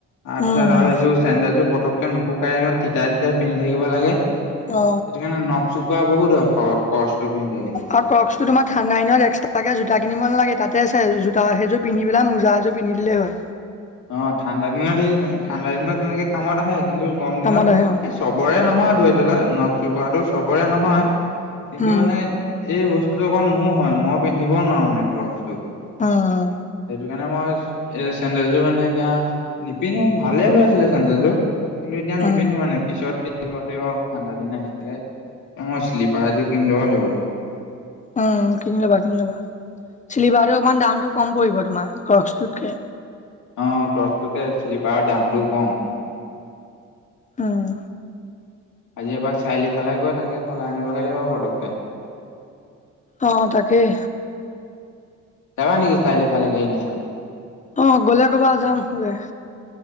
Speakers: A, on the left; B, on the left.
A: তাৰ পিছত
B: উম
A: আৰু এইযোৰ চেণ্ডেলযোৰ পটকে নুশুকাই এইখন তিতা তিতা পিন্ধি থাকিব লাগে। সেইটো
B: অ
A: কাৰণে নখচোকোৱা বহুত হয় ক ক্ৰসটো পিন্ধি থাকিলে।
B: আৰু ক্ৰক্সটো তোমাৰ ঠাণ্ডা দিনত এক্সট্ৰাকে জোতা কিনিব নালাগে, তাতে আছে জোতা সেইযোৰ পিন্ধি পেলাই মোজা এযোৰ পিন্ধি দিলেই হয়।
A: অ' ঠাণ্ডা দিনত সেই ঠাণ্ডা দিনত তেনেকে কামত আহে। কিন্তু গৰম
B: কামত
A: দিনত
B: আহে আৰু
A: এ চবৰে নহয় ধৰি ললা নখ চকুৱাটো চবৰে নহয়। কিন্তু
B: উম
A: মানে এই বস্তুটো অকল মোৰ হয়, মই পিন্ধিব নোৱাৰো মানে ক্ৰকসটো।
B: অ'।
A: সেইটো কাৰণে মই এই চেণ্ডেলযোৰ মানে এতিয়া নিপিন্ধো ভালে হৈ আছিলে চেণ্ডেলযোৰ। কিন্তু এতিয়া নিপিন্ধো
B: উম
A: মানে পিছত পিন্ধিব লাগিব ঠাণ্ডা দিন আহিলে। এ মই শ্লিপাৰ এযোৰ কিনি ল'ব লাগিব।
B: অ' কিনি লবা, কিনি লবা। শ্লিপাৰটো অকমান দামতটো কম পৰিব তোমাৰ ক্ৰকসটোতকে।
A: অ' ক্ৰকসটোতকে শ্লিপাৰৰ দামটো কম।
B: উম্।
A: আজি এপাক চাৰিআলি ফালে গৈ তাকে সলাই আনিবগে লাগিব পটককে।
B: অ' তাকেই।
A: জাপানীক ষ্টাইলটো ভাল লাগে ইনে।
B: অ' গ'লে ক'বা যাম ওলায়।